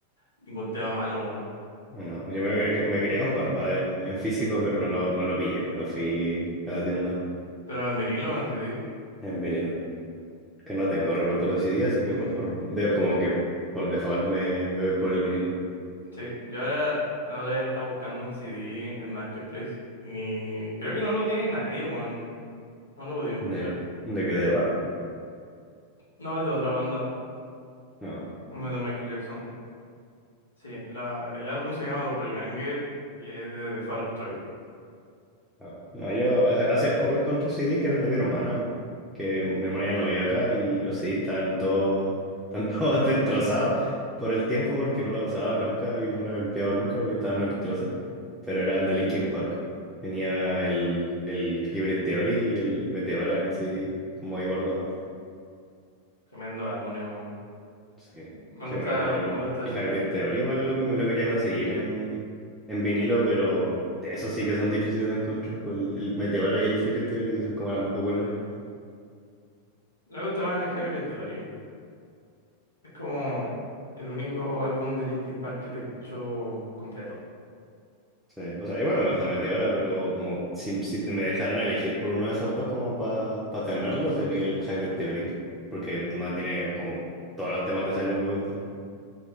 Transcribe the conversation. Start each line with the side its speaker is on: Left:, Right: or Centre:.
Left: ningún tema malo, weón.
Centre: no, yo me, quería me quería comprar Bad en, en físico, pero no lo, no lo pillé cuando fui a la tienda
Left: Pero en vinilo o en CD.
Centre: en vinilo. que no tengo reproductor de CD, así
Left: Mm,
Centre: que mejor, de- como que por default me, me voy por el vinilo.
Left: sí, yo ahora, ahora he estado buscando un CD en Marketplace y creo que no lo tiene nadie, weón. No lo he podido encontrar.
Centre: ¿De, de qué deba?
Left: No, es de otra banda,
Centre: No,
Left: no es de Michael Jackson. Sí, la, el álbum se llama Doppelganger y es de The Fall of Troy.
Centre: no, No, yo hace, hace poco encontré CD que eran de mi hermana, que mi hermana ya no vive acá y los CDs están todos, están <laughs> todos destrozados por el tiempo porque no los usaba nunca y no los he limpiado nunca porque estaban en el closet, pero eran de Linkin Park. Tenía el, el Hybrid Theory y el Meteora en CD como ahí guardado.
Left: Tremendo álbum, eh, weón.
Centre: Sí,
Left: Me
Centre: sí,
Left: gusta,
Centre: bueno, el, el,
Left: me gusta el,
Centre: el Hybrid
Left: el-
Centre: Theory igual lo- me lo quería conseguir en, en vinilo, pero eso sí que son difíciles de encontrar, pues el, el Meteora y el Hybrid Theory, que son como las más populares.
Left: me gusta más el Hybrid Theory. Es como el único álbum de Linkin Park que te escucho completo.
Centre: Sí, o sea, igual me gusta Meteora, pero como si, si me dejaran elegir por uno de esos dos como para tenerlo, sería el Hybrid Theory, porque no tiene como todos los temas de ese álbum me gustan.